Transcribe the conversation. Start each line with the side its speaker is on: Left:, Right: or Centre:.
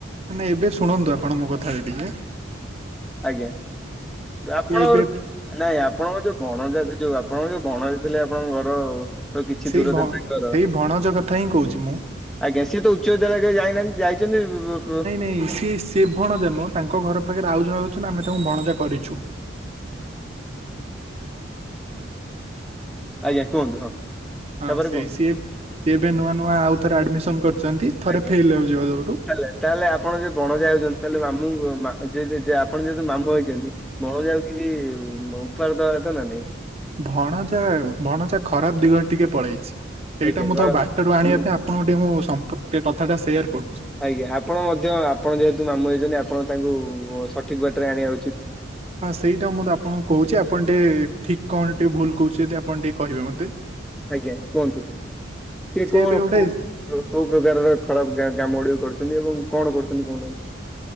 Right: ମାନେ ଏବେ ଶୁଣନ୍ତୁ ଆପଣ ମୋ କଥାଟା ଟିକେ।
Centre: ଆଜ୍ଞା ଯୋଉ ଆପଣଙ୍କର
Right: ସିଏ ଏବେ
Centre: ନାଇଁ ଆପଣଙ୍କର ଯୋଉ ବଣଜାତି ଯୋଉ ଆପଣଙ୍କର ଯୋଉ ବଣଜାତି ଥିଲେ ଆପଣଙ୍କ ଘର ର କିଛି
Right: ସେଇ
Centre: ଦୂରରେ
Right: ଭ
Centre: ତାଙ୍କର
Right: ସେଇ ଭଣଜା କଥା ହିଁ କହୁଛି ମୁଁ।
Centre: ଆଜ୍ଞା ସିଏ ତ ଉଚ୍ଚ ବିଦ୍ୟାଳୟ ଯାଇନାହାନ୍ତି ଯାଇଚନ୍ତି।
Right: ନେସିସ୍‌ ସେ ଭଣଜା ନୁହଁ ତାଙ୍କ ଘର ପାଖରେ ଆଉ ଜଣେ ଅଛନ୍ତି ଆମେ ତାଙ୍କୁ ଭଣଜା କରିଛୁ।
Centre: <unintelligible> ଆଜ୍ଞା କୁହନ୍ତୁ ହଁ।
Right: ହଁ
Centre: ତାପରେ
Right: ସେଇ
Centre: କୁହନ୍ତୁ
Right: ସିଏ- ସିଏ ଏବେ ନୂଆ -ନୂଆ ଆଉ ଥରେ ଆଡ଼ମିସନ୍ କରିଛନ୍ତି, ଥରେ
Centre: ଆଜ୍ଞା।
Right: ଫେଲ୍ ହେଉ ଯିବା ଯୋଗୁରୁ।
Centre: ତାହେଲେ ତାହେଲେ ଆପଣ ଯଦି ଭଣଜା ହେଉଛନ୍ତି ତାହେଲେ ମାମୁଁ ମା ଯେ ଯେ ଯେ ଆପଣ ଯେହେତୁ ମାମୁ ହୋଇଛନ୍ତି। ଭଣଜା କୁ କିଛି ଉପହାର ଦବା କଥା ନା ନାଇଁ।
Right: ଭଣଯା ଭଣଯା ଖରାପ ଦିଗରେ ଟିକେ ପଳେଇଛି ସେଇଟା
Centre: ଆଜ୍ଞା
Right: ମୁଁ
Centre: ଘର
Right: ତାକୁ ବା ଟରୁ ଆଣିବା
Centre: ହୁଁ
Right: ପାଇଁ ଆପଣଙ୍କୁ ଟିକେ ମୁଁ ସମ୍ପୃକ ଟିକେ କଥାଟା ସେୟାର କରୁଛି।
Centre: ଆଜ୍ଞା ଆପଣ ମଧ୍ୟ ଆପଣ ଯେହେତୁ ମାମୁଁ ହେଇଛନ୍ତି ଆପଣ ତାଙ୍କୁ ସଠିକ ବାଟରେ ଆଣିବା ଉଚିତ୍। ହଁ।
Right: ହଁ ସେଇଟା ମୁଁ ତ ଆପଣଙ୍କୁ କହୁଛି ଆପଣ ଟିକେ ଠିକ କଣ ଟିକେ ଭୁଲ କହୁଛି ଯଦି ଆପଣ ଟିକେ କହିବେ ମତେ।
Centre: ଆଜ୍ଞା କୁହନ୍ତୁ ସେ
Right: ସିଏ
Centre: କଁ
Right: ଏବେ ଗୋଟେ
Centre: କୋଉ। କୋଉ ପ୍ରକାରର ଖରାପ କା କାମ ଗୁଡିକ କରୁଛନ୍ତି ଏବଂ କଣ କରୁଛନ୍ତି କରୁନାହାଁନ୍ତି।